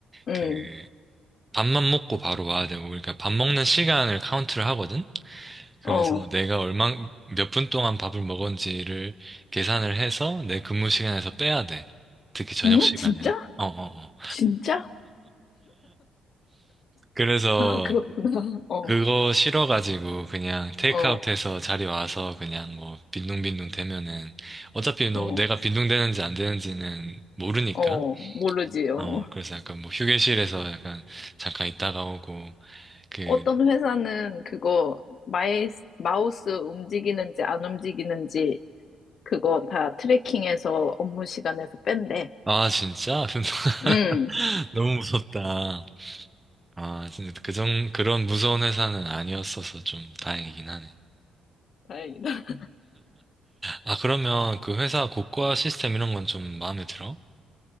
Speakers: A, on the left; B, on the right.
A: 응,
B: 그 밥만 먹고 바로 와야 되고 그러니까 밥 먹는 시간을 카운트를 하거든. 그래서
A: 어.
B: 내가 얼마 몇 분 동안 밥을 먹었는지를 계산을 해서 내 근무 시간에서 빼야 돼. 특히 저녁
A: 응?
B: 시간에는.
A: 진짜?
B: 어, 어, 어.
A: 진짜?
B: 그래서
A: 아, 그렇구나. 어,
B: 그거 싫어가지고 그냥 테이크아웃해서
A: 어,
B: 자리 와서 그냥 뭐 빈둥빈둥 대면은 어차피 너
A: 어,
B: 내가 빈둥대는지 안 되는지는 모르니까
A: 어, 모르지. 어.
B: 어, 그래서 약간 뭐 휴게실에서 약간 잠깐 있다가 오고, 그,
A: 어떤 회사는 그거 마이, 마우스 움직이는지 안 움직이는지 그거 다 트래킹해서 업무 시간에서 뺀대.
B: 아, 진짜? <laughs>
A: 음,
B: 너무 무섭다. 아, 진짜 그 정, 그런 무서운 회사는 아니었어서 좀 다행이긴 하네.
A: 다행이다. <laughs>
B: 아, 그러면 그 회사 고과 시스템 이런 건 좀 마음에 들어?